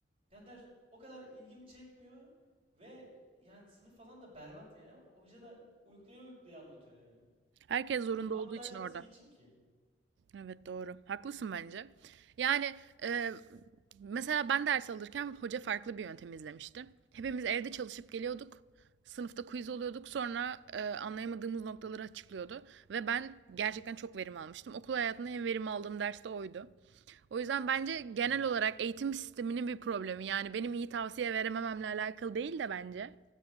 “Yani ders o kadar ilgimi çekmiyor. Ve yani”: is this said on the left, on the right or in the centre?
Right